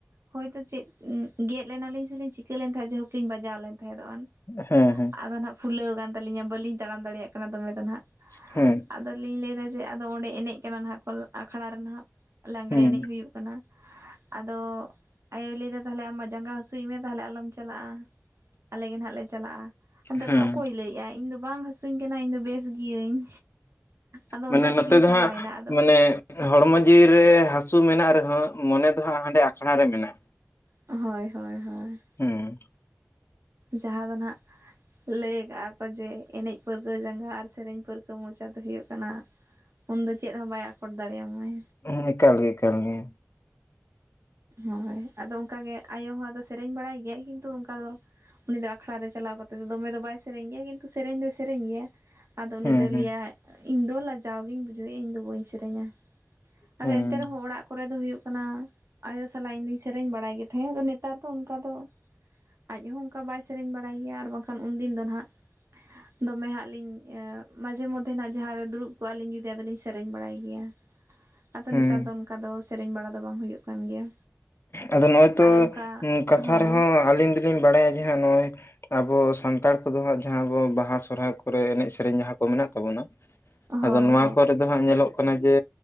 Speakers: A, on the right; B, on the left.
A: ᱦᱳᱭᱛᱚ ᱪᱮᱫ ᱜᱮᱫ ᱞᱮᱱᱟ ᱥᱤᱞᱤᱧ ᱪᱤᱠᱟᱹ ᱞᱮᱱ ᱛᱟᱦᱮᱸᱫᱽ ᱡᱟᱦᱳᱠᱞᱤᱧ ᱵᱟᱡᱟᱣ ᱞᱮᱱ ᱛᱟᱦᱮᱸᱫᱚᱜ ᱟᱱ᱾
B: ᱦᱮᱸ ᱦᱮᱸ
A: ᱟᱫᱚ ᱱᱦᱟᱸᱜ ᱯᱷᱩᱞᱟᱹᱣ ᱟᱠᱟᱱ ᱛᱟᱹᱞᱤᱧᱟ ᱵᱟᱹᱞᱤᱧ ᱛᱟᱲᱟᱢ ᱫᱟᱲᱮᱭᱟᱜ ᱠᱟᱱᱟ ᱫᱚᱢᱮ ᱫᱚ ᱱᱦᱟᱸᱜ᱾
B: ᱦᱮᱸ᱾
A: ᱟᱫᱚᱞᱤᱧ ᱞᱟᱹᱭ ᱮᱫᱟ ᱡᱮ ᱟᱫᱚ ᱚᱸᱰᱮ ᱮᱱᱮᱡ ᱠᱟᱱᱟ ᱱᱟᱜ ᱠᱚ ᱟᱠᱷᱲᱟ ᱨᱮ ᱱᱟᱜ ᱞᱟᱝᱜᱲᱮ
B: ᱦᱮᱸ
A: ᱮᱱᱮᱡᱽ ᱦᱩᱭᱩᱜ ᱠᱟᱱᱟ, ᱟᱫᱚ ᱟᱭᱳᱭ ᱞᱟᱹᱭᱫᱟ ᱛᱟᱦᱚᱞᱮ ᱟᱢ-ᱢᱟ ᱡᱟᱸᱜᱟ ᱦᱟᱹᱥᱩᱭᱮᱫᱽ ᱢᱮᱭᱟ ᱛᱟᱦᱚᱞᱮ ᱟᱞᱚᱢ ᱪᱟᱞᱟᱜᱼᱟ, ᱟᱞᱮ ᱜᱮ ᱱᱦᱟᱸᱜ ᱞᱮ ᱪᱟᱞᱟᱜᱼᱟ᱾ ᱢᱮᱛᱟᱜ
B: ᱦᱮᱸ
A: ᱠᱟᱱᱟ ᱚᱠᱚᱭ ᱞᱟᱹᱭᱮᱫᱽᱼᱟᱭ ᱤᱧ ᱫᱚ ᱵᱟᱝ ᱦᱟᱹᱥᱩᱭᱤᱧ ᱠᱟᱱᱟ ᱤᱧ ᱫᱚ ᱵᱮᱥ ᱜᱤᱭᱟᱹᱧ᱾ ᱟᱫᱚ
B: ᱢᱟᱱᱮ
A: ᱚᱱᱠᱟ ᱛᱮᱜᱤᱧ
B: ᱱᱚᱛᱮ
A: ᱪᱟᱞᱟᱣᱮᱱᱟ
B: ᱫᱚ ᱦᱟᱸᱜ
A: ᱟᱫᱚ
B: ᱢᱟᱱᱮ ᱦᱚᱲᱢᱚ ᱡᱤᱣᱤ ᱨᱮ ᱦᱟᱹᱥᱩ ᱢᱮᱱᱟᱜ ᱨᱮᱦᱚᱸ ᱢᱚᱱᱮ ᱫᱚ ᱦᱟᱸᱜ ᱦᱟᱸᱰᱮ ᱟᱠᱷᱲᱟ ᱨᱮ ᱢᱮᱱᱟᱜᱼᱟ᱾
A: ᱦᱳᱭ-ᱦᱳᱭ-ᱦᱳᱭ᱾
B: ᱦᱮᱸ᱾
A: ᱡᱟᱦᱟᱸᱫᱚ ᱱᱦᱟᱜ ᱞᱟᱹᱭ ᱟᱠᱟᱜ ᱟᱠᱚ ᱡᱮ ᱮᱱᱮᱡᱽ ᱯᱟᱹᱨᱠᱟᱹᱣ ᱡᱟᱸᱜᱟ ᱟᱨ ᱥᱮᱨᱮᱧ ᱯᱟᱹᱨᱠᱟᱹᱣ ᱢᱚᱪᱟ ᱫᱚ ᱦᱩᱭᱩᱜ ᱠᱟᱱᱟ ᱩᱱᱫᱚ ᱪᱮᱫ ᱦᱚᱸ ᱵᱟᱭ ᱟᱠᱚᱴ ᱫᱟᱲᱮᱭᱟᱢᱟᱭ᱾
B: ᱦᱮᱸ ᱮᱠᱟᱞ ᱜᱮ ᱮᱠᱟᱞ ᱜᱮ᱾
A: ᱦᱳᱭ ᱟᱭᱳ ᱦᱚᱸ ᱟᱫᱚ ᱥᱮᱨᱮᱧ ᱵᱟᱲᱟᱭ ᱜᱮᱭᱟᱭ ᱠᱤᱱᱛᱩ ᱚᱱᱠᱟ ᱫᱚ ᱩᱱᱤ ᱫᱚ ᱟᱠᱷᱲᱟ ᱨᱮ ᱪᱟᱞᱟᱣ ᱠᱟᱛᱮ ᱫᱚ ᱫᱚᱢᱮ ᱫᱚ ᱵᱟᱭ ᱥᱮᱨᱮᱧ ᱜᱮᱭᱟ ᱠᱤᱱᱛᱩ ᱥᱮᱨᱮᱧ ᱫᱚᱭ ᱥᱮᱨᱮᱧ ᱜᱮᱭᱟ᱾ ᱟᱫᱚ ᱩᱱᱤ
B: ᱦᱮᱸ
A: ᱫᱚᱭ
B: ᱦᱮᱸ
A: ᱞᱟᱹᱭᱟ ᱤᱧ ᱫᱚ ᱞᱟᱡᱟᱣ ᱜᱤᱧ ᱵᱩᱡᱦᱟᱸᱣᱮᱜ-ᱟ ᱤᱧ ᱫᱚ ᱵᱟᱹᱧ ᱥᱮᱨᱮᱧᱟ᱾ ᱟᱫᱚ
B: ᱦᱮᱸ
A: ᱮᱱᱛᱮ ᱨᱮᱦᱚᱸ ᱚᱲᱟᱜ ᱠᱚᱨᱮ ᱫᱚ ᱦᱩᱭᱩᱜ ᱠᱟᱱᱟ᱾ ᱟᱭᱳ ᱥᱟᱞᱟᱜ ᱤᱧ ᱫᱚᱧ ᱥᱮᱨᱮᱧ ᱵᱟᱲᱟᱭ ᱜᱮ ᱛᱟᱦᱮᱸᱫ ᱟᱫᱚ ᱱᱮᱛᱟᱨ ᱫᱚ ᱚᱱᱠᱟ ᱫᱚ ᱟᱡ ᱦᱚᱸ ᱚᱱᱠᱟ ᱵᱟᱭ ᱥ ᱮᱨᱮᱧ ᱵᱟᱲᱟᱭ ᱜᱮᱭᱟ ᱟᱨ ᱵᱟᱝᱠᱷᱟᱱ ᱩᱱᱫᱤᱱ ᱫᱚ ᱱᱦᱟᱸᱜ ᱫᱚᱢᱮ ᱦᱟᱸᱜ ᱞᱤᱧ ᱢᱟᱡᱷᱮ ᱢᱚᱫᱽ ᱱᱚᱜ-ᱚᱭ ᱱᱦᱟᱜ ᱡᱟᱦᱟᱸ ᱨᱮ ᱫᱩᱲᱩᱵᱽ ᱠᱚᱜᱼᱟᱞᱤᱧ ᱡᱩᱫᱤ ᱟᱫᱚᱞᱤᱧ ᱥᱮᱨᱮᱧ ᱵᱟᱲᱟᱭ ᱜᱮᱭᱟ ᱟᱫᱚ
B: ᱦᱮᱸ
A: ᱱᱮᱛᱟᱨ ᱫᱚ ᱚᱱᱠᱟ ᱫᱚ ᱥᱮᱨᱮᱧ ᱵᱟᱲᱟ ᱫᱚ ᱵᱟᱝ ᱦᱩᱭᱩᱜ ᱠᱟᱱ ᱜᱮᱭᱟ᱾
B: ᱟᱫᱚ ᱱᱚᱜᱼᱚᱭ ᱛᱚ
A: ᱟᱨ ᱚᱱᱠᱟ
B: ᱠᱟᱛᱷᱟ
A: ᱦᱳᱭ
B: ᱨᱮᱦᱚᱸ ᱟᱹᱞᱤᱧ ᱫᱚᱞᱤᱧ ᱵᱟᱲᱟᱭᱟ ᱡᱮ ᱦᱟᱸᱜ ᱱᱚᱜᱼᱚᱭ ᱟᱵᱚ ᱥᱟᱱᱛᱟᱲ ᱠᱚᱫᱚ ᱦᱟᱸᱜ ᱡᱟᱦᱟᱸ ᱵᱚ ᱵᱟᱦᱟ ᱥᱚᱦᱨᱟᱭ ᱠᱚᱨᱮ ᱮᱱᱮᱡᱽ ᱥᱮᱨᱮᱧ ᱡᱟᱦᱟᱸ ᱠᱚ ᱢᱮᱱᱟᱜ ᱛᱟᱵᱚᱱᱟ᱾
A: ᱦᱳᱭ
B: ᱟᱫᱚ ᱱᱚᱣᱟ
A: ᱦᱳᱭ
B: ᱠᱚᱨᱮ ᱫᱚ᱾ ᱦᱟᱸᱜ ᱧᱮᱞᱚᱜ ᱠᱟᱱᱟ ᱡᱮ